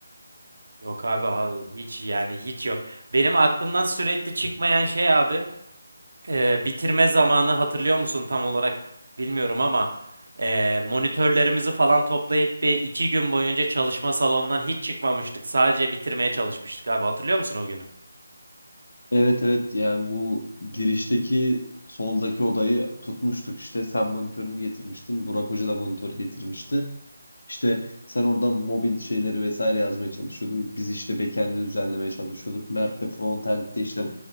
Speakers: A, on the right; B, on the left.
A: Yok abi ha- hiç yani hiç yok. Benim aklımdan sürekli çıkmayan şey abi e, bitirme zamanı hatırlıyor musun tam olarak bilmiyorum ama e, monitörlerimizi falan toplayıp bir iki gün boyunca çalışma salonundan hiç çıkmamıştık. Sadece bitirmeye çalışmıştık abi hatırlıyor musun o günü?
B: Evet evet yani bu girişteki soldaki odayı tutmuştuk işte sen monitörünü getirmiştin Burak Hoca da monitör getirmişti. İşte sen oradan mobil şeyleri vesaire yazmaya çalışıyordun. Biz işte backend'i düzenlemeye çalışıyorduk. Mert de frontend'de işte